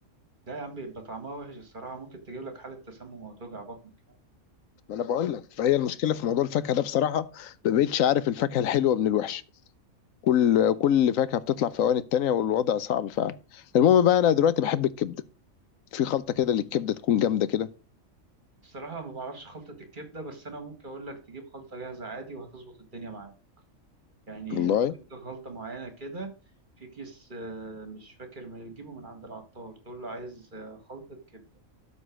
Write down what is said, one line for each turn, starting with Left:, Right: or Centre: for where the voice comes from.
Right: لا يا عم بيبقى طعمها وحش الصراحة ممكن تجيب لك حالة تسمم وتوجع بطنك كمان
Left: ما انا بقول لك فهي المشكلة في موضوع الفاكهة ده بصراحة ما بقتش عارف الفاكهة الحلوة من الوحشة كل كل فاكهة بتطلع في اوان التانية والوضع صعب فعلا المهم بقى انا دلوقتي بحب الكبدة في خلطة كده للكبدة تكون جامدة كده
Right: الصراحة ما بعرفش خلطة الكبدة بس أنا ممكن أقول لك تجيب خلطة جاهزة عادي وهتظبط الدنيا معاك يعني
Left: والله
Right: لو جبت خلطة معينة كده في كيس آه، مش فاكر من تجيبه من عند العطار تقول له عايز آه، خلطة كبدة